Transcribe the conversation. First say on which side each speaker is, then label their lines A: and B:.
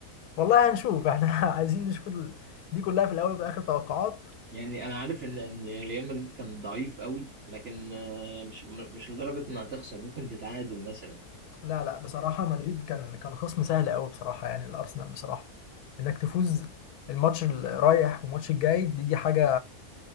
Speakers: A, on the left (about 80°); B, on the right (about 40°).
A: والله هنشوف <laughs> احنا عايزين نشوف ال... دي كلها في الاول وفي الاخر توقعات
B: يعني انا عارف ان إن ريال مدريد كان ضعيف قوي لكن آه، مش م- مش لدرجه انها تخسر ممكن تتعادل مثلا
A: لا لا بصراحه مدريد كان كان خصم سهل قوي بصراحه يعني الارسنال بصراحه انك تفوز الماتش الرايح والماتش الجاي دي, دي حاجه